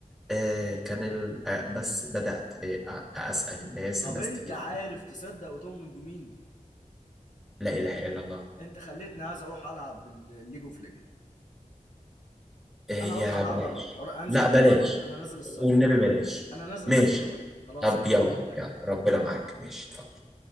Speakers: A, in the centre; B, on the left.
A: آه، كان ال... آه، بس بدأت آه، أ- أسأل الناس
B: طب
A: الناس
B: انت
A: تيجي
B: عارف تصدق وتؤمن بمين
A: لا إله إلا الله
B: انت خليتني عايز اروح العب الليج اوف ليجند
A: هي
B: انا هروح العبها
A: بلاش
B: الوقت أروح انزل
A: لا
B: السايبر
A: بلاش
B: انا نازل السايبر
A: والنبي بلاش
B: انا نازل
A: ماشي
B: السايبر خلاص
A: طب
B: الموضوع
A: يلا
B: منتهي
A: يلا ربنا معاك ماشي اتفضل